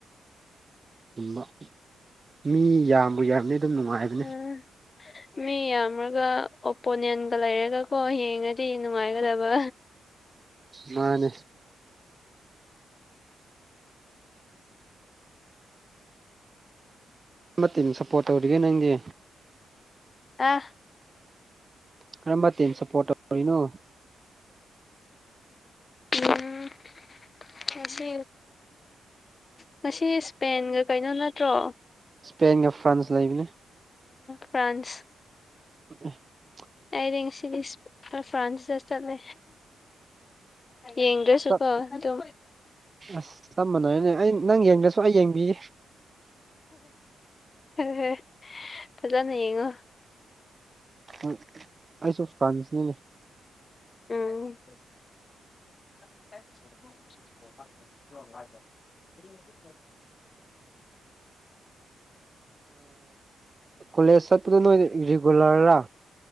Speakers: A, on the right; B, on the left.
A: ꯕ ꯃꯤ ꯌꯥꯝꯕꯨ ꯌꯥꯝꯗꯤ ꯑꯗꯨꯝ ꯅꯨꯡꯉꯥꯏꯕꯅꯦ
B: ꯎꯝ ꯃꯤ ꯌꯥꯝꯔꯒ ꯑꯣꯄꯣꯅꯦꯟꯒ ꯂꯩꯔꯒꯀꯣ ꯌꯦꯡꯔꯗꯤ ꯅꯨꯡꯉꯥꯏꯒꯗꯕ
A: ꯃꯥꯅꯤ ꯀꯝꯕ ꯇꯤꯝ ꯁꯞꯄꯣꯔꯠ ꯇꯧꯔꯤꯒꯦ ꯅꯪꯗꯤ
B: ꯑꯥ
A: ꯀꯔꯝꯕ ꯇꯤꯝ ꯁꯞꯄꯣꯔꯠ ꯇꯧꯔꯤꯅꯣ
B: ꯎꯝ ꯉꯁ ꯉꯁꯤ ꯏꯁꯄꯦꯟꯒ ꯀꯩꯅꯣ ꯅꯠꯇ꯭ꯔꯣ
A: ꯏꯁꯄꯦꯟꯒ ꯐ꯭ꯔꯥꯟꯁ ꯂꯩꯕꯅꯦ
B: ꯐ꯭ꯔꯥꯟꯁ
A: <inaudible>
B: ꯑꯩꯗꯤ ꯉꯁꯤꯗꯤ ꯐ꯭ꯔꯥꯟꯁꯇ ꯆꯠꯂꯦ ꯌꯦꯡꯗ <unintelligible>
A: ꯆꯞ
B: ꯑꯗꯨ
A: ꯑꯁ ꯆꯞ ꯃꯥꯟꯅꯦꯅꯦ ꯑꯩ ꯅꯪ ꯌꯦꯡꯗꯁꯨ ꯑꯩ ꯌꯦꯡꯕꯤꯌꯦ
B: ꯎ ꯐꯖꯅ ꯌꯦꯡꯉꯣ
A: ꯍꯣꯏ ꯑꯩꯁꯨ ꯐ꯭ꯔꯥꯟꯁꯅꯤꯅꯦ
B: ꯎꯝ <unintelligible>
A: ꯀꯣꯂꯦꯖ ꯆꯠꯄꯗꯣ ꯅꯣꯏ ꯔꯤꯒꯨꯂꯔꯔꯥ